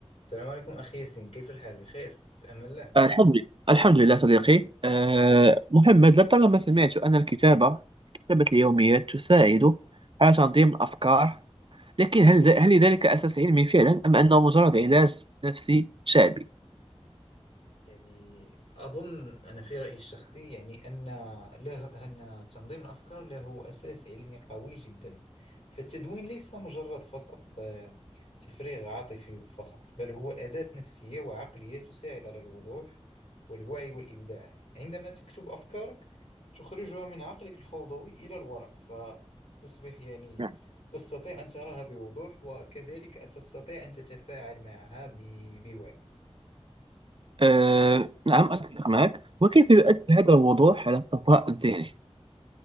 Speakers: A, on the left (about 70°); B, on the right (about 50°).
A: السلام عليكم أخي ياسين كيف الحال بخير في أمان الله
B: الحمد لله الحمد لله صديقي أه محمد لطالما سمعت أن الكتابة كتابة اليوميات تساعد على تنظيم الأفكار لكن هل ذ- هل لذلك أساس علمي فعلا أم أنه مجرد علاج نفسي شعبي؟
A: يعني أظن أنا في رأيي الشخصي يعني أن له أن تنظيم الأفكار له أساس علمي قوي جدا فالتدوين ليس مجرد فقط آه، تفريغ عاطفي فقط بل هو أداة نفسية وعقلية تساعد على الوضوح والوعي والإبداع عندما تكتب أفكارك تخرجها من عقلك الفوضوي إلى الورق فتصبح يعني
B: نعم
A: تستطيع أن تراها بوضوح وكذلك تستطيع أن تتفاعل معها ب- بوعي
B: أه نعم أتفق معك وكيف يؤثر هذا الوضوح على الصفاء الذهني؟